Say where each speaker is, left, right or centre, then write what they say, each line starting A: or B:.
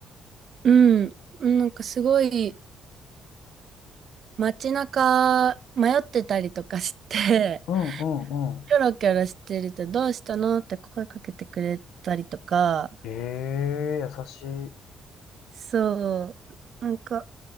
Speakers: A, on the right (about 55°); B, on the left (about 80°).
A: うん。なんかすごい街中迷ってたりとかして、
B: うんうんうん。
A: キョロキョロしてるとどうしたのって声かけてくれたりとか、
B: ええー、優しい。
A: そう。なんか、